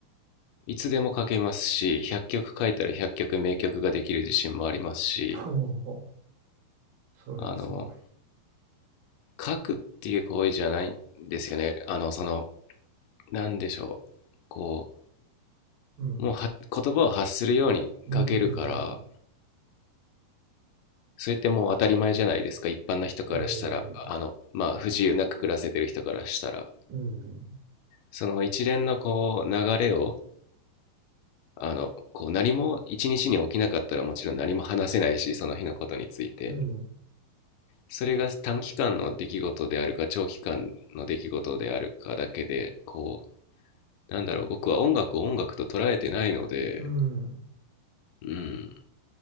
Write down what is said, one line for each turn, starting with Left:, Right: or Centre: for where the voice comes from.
Left: いつでも書けますし100曲書いたら100曲名曲ができる自信もありますし
Right: <laughs> おおそれはすごい、
Left: あの書くっていう行為じゃないんですよね。あの、その、なんでしょう。こ
Right: うん、
Left: う、もうは言葉を発するように書けるから、
Right: うんうんうん
Left: それってもう当たり前じゃないですか。一般の人からしたら、
Right: え
Left: あの、まあ、不自由なく暮らせてる人からしたら。
Right: ーうん
Left: その一連のこう、流れを、あの、こう、何も一日に起きなかったらもちろん何も話せないし、その日のことについて。
Right: うん
Left: それが短期間の出来事であるか長期間の出来事であるかだけでこなんだろう、僕は音楽を音楽と捉えてないので、
Right: うん
Left: うん、